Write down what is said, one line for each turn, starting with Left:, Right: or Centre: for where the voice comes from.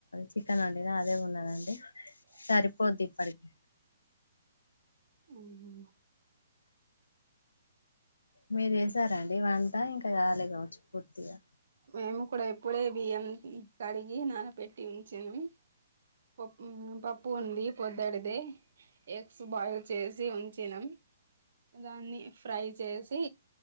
Left: చికెన్ వండిన అదే ఉన్నదండి
Right: పోప్
Left: సరిపోద్దిప్పటికి
Right: మ్మ్
Left: మీరు వేశార అండి వంట ఇంకా కాలే కావచ్చు పూర్తిగా
Right: మేము కూడా ఇప్పుడే బియ్యం కడిగి నానపెట్టి ఉంచాం పో పప్పు ఉంది పొద్దటిదే ఎగ్స్ బాయిల్ చేసి ఉంచినాం దాన్ని ఫ్రై చేసి